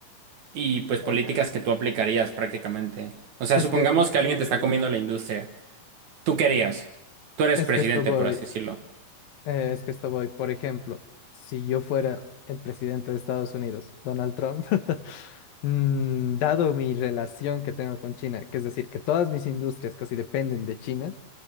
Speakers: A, on the right; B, on the left.
A: y pues
B: eh,
A: políticas que tú aplicarías prácticamente. O sea,
B: es
A: supongamos
B: que,
A: que alguien
B: en-
A: te está comiendo la industria. ¿Tú qué harías? Tú eres
B: es
A: presidente,
B: que esto voy.
A: por así decirlo.
B: Eh, es que esto voy, por ejemplo, si yo fuera el presidente de Estados Unidos, Donald Trump, <laughs> mm, dado mi relación que tengo con China, que es decir, que todas mis industrias casi dependen de China,